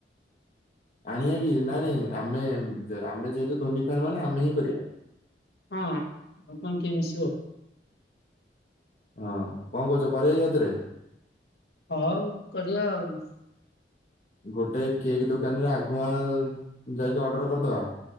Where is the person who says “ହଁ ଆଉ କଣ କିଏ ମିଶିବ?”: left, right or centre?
Left